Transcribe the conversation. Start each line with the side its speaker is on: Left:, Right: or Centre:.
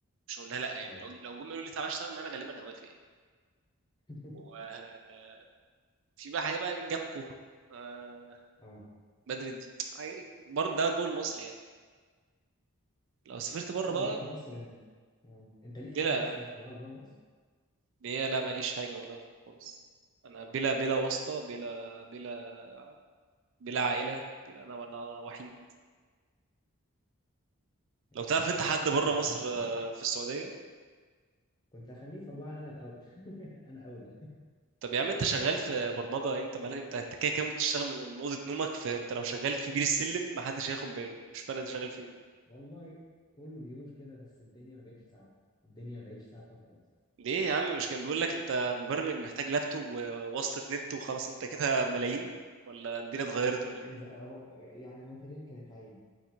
Right: مش هقول لها لا يعني
Left: اه
Right: لو لو جم يقولوا لي تعالى اشتغل معانا غالبا هوافق يعني
Left: <laughs>
Right: وفي بقى حاجه بقى جابكو آه...
Left: اه
Right: بدر الدين حاجة- برضه ده جوه مصر يعني لو سافرت بره
Left: طبعا
Right: بقى
Left: بره مصر اه انت ليك حاجه
Right: بلا
Left: اصلا تطلعك بره مصر
Right: بلا لا ماليش حاجه والله خالص انا بلا بلا واسطه بلا بلا بلا عائله بلا انا ولا انا وحيد
Left: يا
Right: لو
Left: خساره
Right: تعرف انت حد
Left: لو
Right: بره
Left: كان معاك
Right: مصر
Left: واسطه
Right: آه،
Left: دي
Right: في السعوديه
Left: كنت اخليه يطلعني انا الاول <laughs> انا اولى
Right: طب يا عم انت شغال في برمجه انت مالك انت انت كده كده بتشتغل من من اوضه نومك فانت لو شغال في بير السلم محدش هياخد باله مش فارق انت شغال فين
Left: والله كله بيقول كده بس الدنيا ما بقتش سعفه الدنيا ما بقتش سعفه خالص
Right: ليه يا عم مش كان بيقول لك انت مبرمج محتاج لابتوب ووصلة نت وخلاص انت كده ملايين ولا الدنيا اتغيرت ولا
Left: كان
Right: ايه
Left: زي- اهو يعني هو تقريبا كانت عين